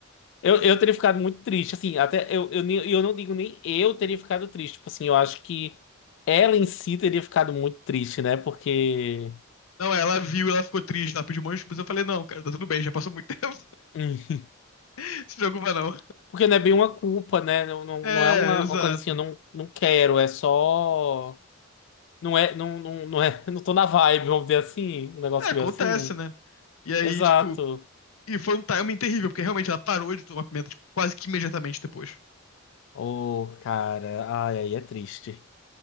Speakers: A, on the left; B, on the left.
A: Eu, eu teria ficado muito triste, assim, até eu, eu, nem- eu não digo nem eu teria ficado triste, tipo assim, eu acho que ela em si teria ficado muito triste, né? Porque.
B: Não, ela viu, ela ficou triste, ela pediu um monte de desculpas. Eu falei: Não, cara, tá tudo bem, já passou muito tempo.
A: hum,
B: <laughs> Se preocupa, não.
A: Porque não é bem uma culpa, né? Não, não,
B: É,
A: não é uma,
B: exato.
A: uma coisa assim, eu não, não quero, é só. Não é, não, não, não é, <laughs> não tô na vibe, vamos dizer assim, um negócio
B: É, acontece,
A: meio assim.
B: né? E aí,
A: Exato.
B: tipo, e foi um timing terrível, porque realmente ela parou de tomar pimenta, tipo, quase que imediatamente depois.
A: Ô, cara, ai, aí é triste.